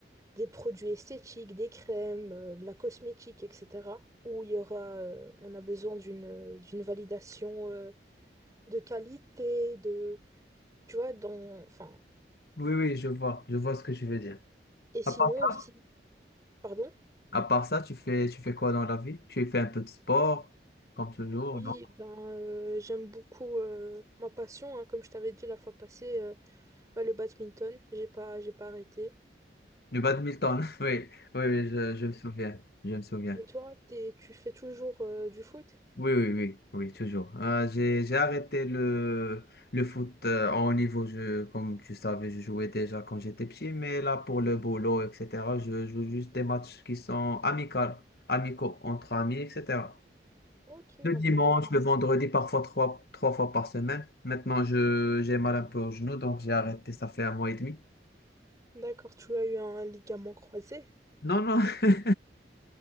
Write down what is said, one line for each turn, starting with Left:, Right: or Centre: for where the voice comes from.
Right: des produits esthétiques, des crèmes, euh, de la cosmétique, etc. Où il y aura, euh, on a besoin d'une euh, d'une validation. euh, de qualité, de, tu vois, dans, enfin,
Left: Oui, oui, je vois. Je vois ce que tu veux dire.
Right: et sinon
Left: À part ça,
Right: aussi, pardon,
Left: à part ça, tu fais, tu fais quoi dans la vie? Tu fais un peu de sport, comme toujours,
Right: oui,
Left: non?
Right: ben, euh, j'aime beaucoup euh, ma passion, hein, comme je t'avais dit la fois passée, euh, bah, le badminton, j'ai pas, j'ai pas arrêté.
Left: Le badminton. <laughs> Oui, oui, oui, je, je me souviens. Je me souviens.
Right: Et toi, t'es- tu fais toujours euh, du foot?
Left: Oui, oui, oui, oui, toujours. Euh, j'ai, j'ai arrêté le, le foot euh, en haut niveau. Je, comme tu savais, je jouais déjà quand j'étais petit, mais là, pour le boulot, etc., je joue juste des matchs qui sont amicaux, amicaux entre amis, etc.
Right: Ok,
Left: Le
Right: intéressant.
Left: dimanche, le vendredi, parfois trois, trois fois par semaine. Maintenant, je, j'ai mal un peu au genou, donc j'ai arrêté, ça fait un mois et demi.
Right: D'accord, tu as eu un ligament croisé?
Left: Non, non, <laughs>